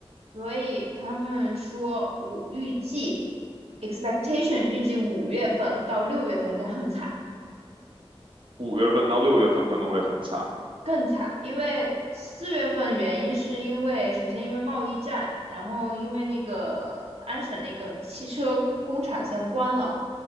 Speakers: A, on the right; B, on the right.
A: 所以他们说五预计 expectation 预计五月份到六月份应该很惨，
B: 五月份到六月份可能会很惨，
A: 更惨，因为四月份原因是因为首先因为贸易战，然后因为那个安省那个汽车工工厂现在关了，